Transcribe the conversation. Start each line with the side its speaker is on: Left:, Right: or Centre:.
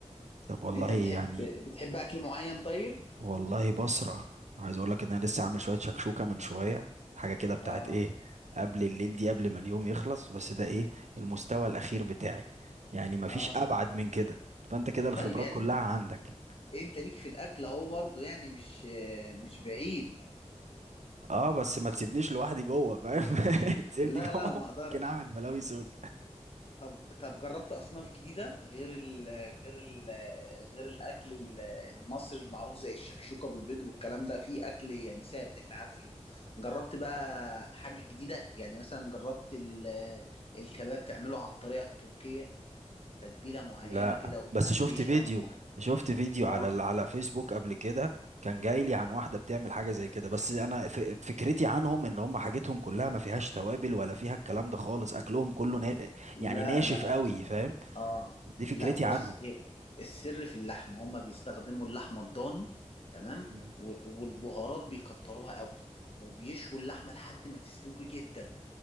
Right: طب والله
Left: أنت
Right: يعني
Left: بتحب بتحب أكل معين طيب؟
Right: والله بسرع عايز اقول لك ان انا لسه عامل شويه شكشوكه من شويه حاجه كده بتاعت
Left: آه
Right: ايه قبل الليل دي قبل ما اليوم يخلص بس ده ايه المستوى الاخير بتاعي يعني مفيش
Left: آه
Right: ابعد من كده فانت كده الخبرات
Left: طيب يعني
Right: كلها
Left: أنت
Right: عندك
Left: أنت ليك في الأكل أهو برضه يعني مش آه، مش بعيد
Right: اه بس ما تسيبنيش لوحدي جوه فاهم <laughs> تسيبني
Left: لا
Right: جوه
Left: لا ما أقدرش
Right: ممكن اعمل بلاوي سودا
Left: طب طب جربت اصناف جديده غير ال غير ال غير الاكل ال- المصري المعروف زي الشكشوكه بالبيض والكلام ده في اكل يعني ثابت احنا عارفين جربت بقى حاجه جديده يعني مثلا جربت ال- الكباب تعمله على الطريقه التركيه تتبيله معينه
Right: لا
Left: كده وتحبيشه
Right: بس شفت فيديو
Left: م-
Right: شفت فيديو
Left: اه
Right: على ال- على فيسبوك قبل كده كان جاي لي عن واحده بتعمل حاجه زي كده بس انا ف- فكرتي عنهم ان هم حاجتهم كلها ما فيهاش توابل ولا فيها الكلام ده خالص اكلهم كله نا...
Left: لا
Right: يعني ناشف
Left: لا
Right: قوي فاهم
Left: اه
Right: دي فكرتي
Left: لا بص
Right: عنهم
Left: هي السر في اللحمه هما بيستخدموا اللحمه الضاني تمام
Right: مم.
Left: و- والبهارات بيكتروها قوي وبيشوا اللحمه لحد ما تستوي جدا